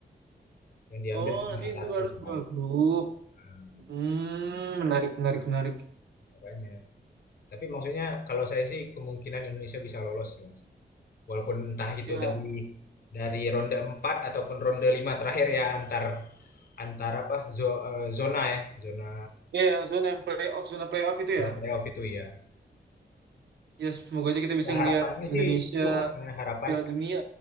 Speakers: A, on the left; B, on the right.
A: Yang diambil
B: Oh
A: cuma
B: nanti itu
A: satu
B: harus
A: kan?
B: dua grup.
A: Eee,
B: Hmm, menarik menarik menarik.
A: makanya. Tapi maksudnya kalau saya sih kemungkinan Indonesia bisa lolos sih, Mas. Walaupun entah itu
B: Ya,
A: dari dari ronde 4 ataupun ronde 5 terakhir ya antar antar apa, zo eee, zona ya, zona
B: ya yang zona yang playoff zona playoff itu
A: zona
B: ya.
A: playoff itu ya.
B: Ya semoga aja kita bisa
A: Ya
B: ngelihat
A: harapannya
B: Indonesia
A: sih itu, Mas, nah harapan
B: Piala Dunia.